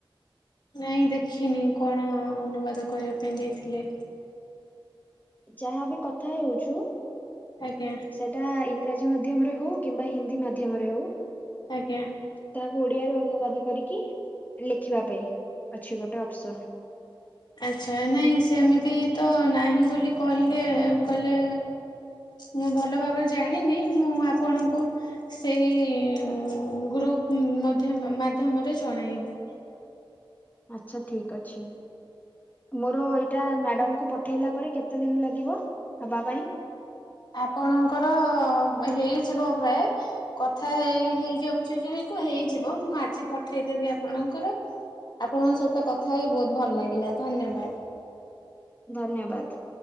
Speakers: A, on the left; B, on the left.
A: ନାଇଁ ଦେଖିନି କଣ ଅନୁବାଦ କରିବା ପାଇଁ ଦେଇଥିଲେ।
B: ଯାହାବି କଥା ହେଉଛୁ
A: ଆଜ୍ଞା।
B: ଏଟା ଇଂରାଜୀ ମାଧ୍ୟମରେ ହଉ କିମ୍ବା ହିନ୍ଦୀ ମାଧ୍ୟମରେ ହଉ।
A: ଆଜ୍ଞା।
B: ତାହାକୁ ଓଡିଆରେ ଅନୁବାଦ କରିକି ଲେଖିବା ପାଇଁ ଅଛି ଗୋଟେ ଅପସନ।
A: ଆଛା ନାଇଁ ସେମିତି ତ ନାହିଁ ବୋଲି କହିଲେ କହିଲେ ମୁଁ ଭଲ ଭାବରେ ଜାଣିନି ମୁଁ ଆପଣଙ୍କୁ ସେଇ ଗ୍ରୁପ ମଧ୍ୟ ମାଧ୍ୟମରେ ଜଣାଇବି।
B: ଆଛା ଠିକ ଅଛି ମୋର ଏଇଟା ମ୍ୟାଡାମକୁ ପ ପଠେଇଲା ପରେ କେତେ ଦିନ ଲାଗିବ ହବା ପାଇଁ?
A: ଆପଣଙ୍କର ହେଇଯିବ ପ୍ରାୟ କଥା ହେଇ ହେଇଯାଉଚି ଯେହେତୁ ହେଇଯିବ ମୁଁ ଆଜି ପଠେଇଦେବି ଆପଣଙ୍କର। ଆପଣଙ୍କ ସହିତ କଥା ହେଇ ବୋହୁତ ଭଲ ଲାଗିଲା ଧନ୍ୟବାଦ।
B: ଧନ୍ୟବାଦ।